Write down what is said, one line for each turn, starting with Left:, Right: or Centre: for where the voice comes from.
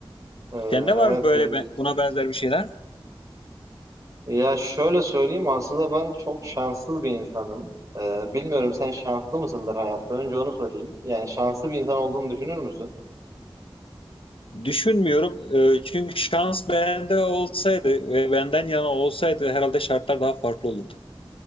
Right: Ee,
Left: Sende
Right: evet.
Left: var mı böyle
Right: bir-
Left: ben- buna benzer bir şeyler?
Right: Ya şöyle söyleyeyim aslında ben çok şanssız bir insanım. Ee, bilmiyorum sen şanslı mısındır hayatta? Önce onu sorayım. Yani şanslı bir insan olduğunu düşünür müsün?
Left: Düşünmüyorum. Ee, Çünkü şans bende olsaydı ve benden yana olsaydı herhalde şartlar daha farklı olurdu.